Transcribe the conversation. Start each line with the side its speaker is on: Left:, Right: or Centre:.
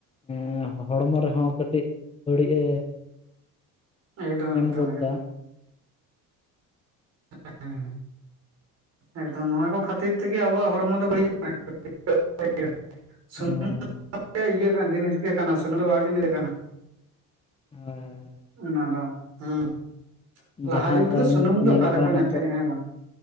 Left: ᱮᱸ ᱦᱚᱲᱢᱚ ᱨᱮᱦᱚᱸ ᱠᱟᱹᱴᱤᱡ ᱵᱟᱹᱲᱤᱡ ᱮ
Right: ᱮᱠᱫᱚᱢ
Left: ᱮᱢ
Right: ᱮᱠᱫᱚᱢ
Left: ᱜᱚᱫ
Right: ᱮᱠᱫᱚᱢ
Left: ᱫᱟ
Right: <inaudible> ᱦᱮᱸᱸ ᱮᱠᱫᱚᱢ ᱱᱚᱶᱟ ᱠᱚ ᱠᱷᱟᱹᱛᱤᱨ ᱛᱮᱜᱮ ᱟᱵᱚᱣᱟᱜ ᱦᱚᱲᱢᱚ ᱫᱚ ᱵᱟᱹᱲᱤᱡᱚᱜ <unintelligible> ᱥᱩᱱᱩᱢ
Left: ᱦᱳᱭ
Right: ᱤᱭᱟᱹ ᱠᱟᱱᱟ ᱫᱤᱱᱤᱥ ᱜᱮ ᱠᱟᱱᱟ ᱥ ᱵᱤᱱ ᱠᱟᱱᱟ
Left: ᱦᱳᱭ ᱦᱳᱭ ᱦᱳᱭ
Right: ᱚᱱᱟ ᱫᱚ ᱦᱮᱸ ᱞᱟᱦᱟ
Left: ᱡᱟᱦᱟᱸ
Right: ᱡᱩᱜᱽ ᱨᱮᱫᱚ
Left: ᱫᱚ
Right: ᱥᱩᱱᱩᱢ ᱫᱚ
Left: ᱧᱮᱞᱚᱜ
Right: ᱚᱠᱟ ᱨᱮᱠᱚ
Left: ᱠᱟᱱᱟ
Right: ᱧᱮᱛᱮᱼᱟ
Left: ᱱᱤᱛᱚᱜ
Right: ᱦᱮᱸ ᱵᱟᱝ